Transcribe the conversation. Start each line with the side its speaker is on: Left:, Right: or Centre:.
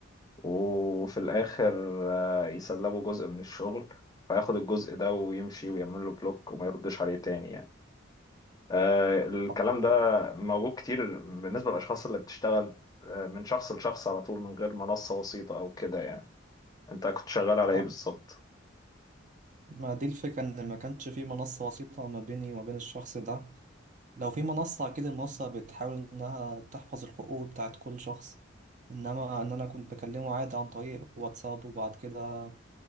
Left: وفي الآخر آه، يسلبه جزء من الشغل فياخد الجزء ده ويمشي ويعمل له بلوك وما يردش عليه تاني يعني. آه، الكلام
Right: اه
Left: ده موجود كتير بالنسبة للأشخاص اللي بتشتغل آه، من شخص لشخص على طول من غير منصة وسيطة أو كده يعني. انت كنت شغال على
Right: اه.
Left: ايه بالظبط
Right: ما دي الفكرة ان ما كانش في منصة وسيطة ما بيني وما بين الشخص ده لو في منصة اكيد المنصة بتحاول انها تحفظ الحقوق بتاعت كل شخص انما ان انا كنت بكلمه عادي عن طريق واتساب وبعد كده